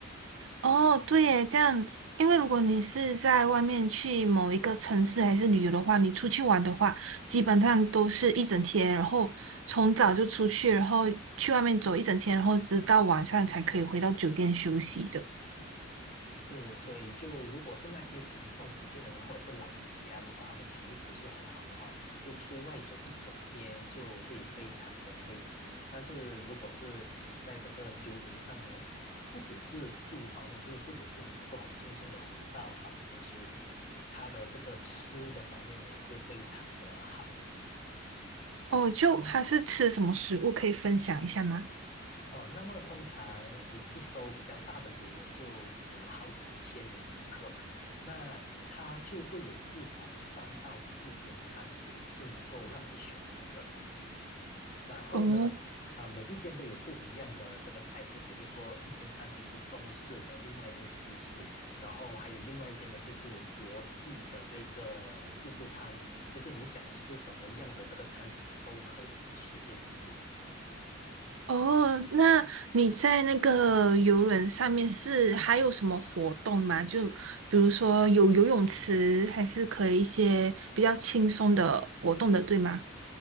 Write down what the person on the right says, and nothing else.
哦，对耶，这样，因为如果你是在外面去某一个城市还是旅游的话，你出去玩的话，基本上都是一整天，然后从早就出去，然后去外面走一整天，然后直到晚上才可以回到酒店休息的。
哦，就还是吃什么食物可以分享一下吗？
哦，
哦，那你在那个游轮上面是还有什么活动吗？就比如说有游泳池，还是可以一些比较轻松的活动的，对吗？